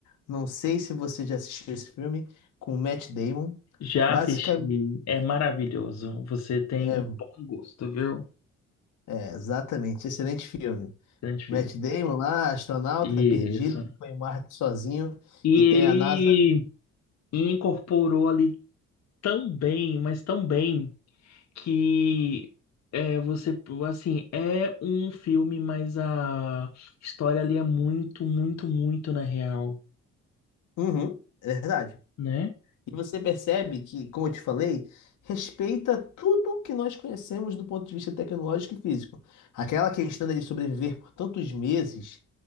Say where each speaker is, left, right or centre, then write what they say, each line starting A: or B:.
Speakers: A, on the left; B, on the left.
A: Não sei se você já assistiu esse filme com o Matt Damon.
B: Já
A: Basicamente,
B: assisti, é maravilhoso. Você tem
A: é,
B: um bom gosto, viu?
A: é, exatamente, excelente filme.
B: Identifica.
A: Matt Damon lá, astronauta
B: Isso.
A: perdido, ficou em Marte sozinho
B: E
A: e
B: ele
A: tem a NASA.
B: incorporou ali tão bem, mas tão bem, que é, você, assim, é um filme, mas a história ali é muito, muito, muito na real,
A: Uhum, é verdade.
B: né?
A: E você percebe que, como eu te falei, respeita tudo que nós conhecemos do ponto de vista tecnológico e físico. Aquela questão dele sobreviver por tantos meses